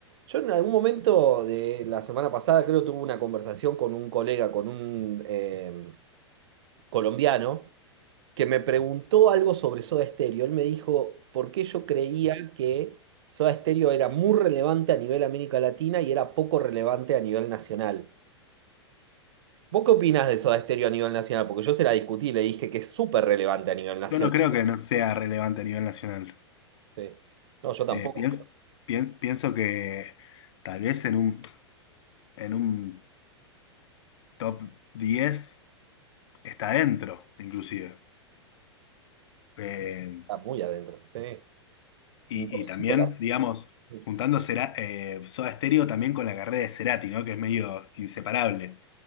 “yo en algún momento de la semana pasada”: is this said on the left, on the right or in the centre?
Right